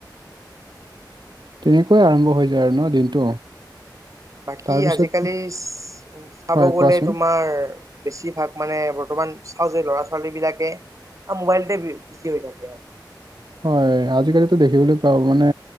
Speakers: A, on the right; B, on the right.
A: তেনেকৈ আৰম্ভ হৈ যায় আৰু ন দিনটো
B: বাকী
A: তাৰপিছত
B: আজি-কালি চাব
A: হয়
B: গ'লে
A: কোৱাচোন
B: তোমাৰ বেছিভাগ মানে বৰ্তমান চাওঁ যে ল'ৰা ছোৱালী বিলাকে আৰু মোবাইলতে বিজি হৈ থাকে মানে
A: হয় আজি-কালিতো দেখিবলৈ পাওঁ মানে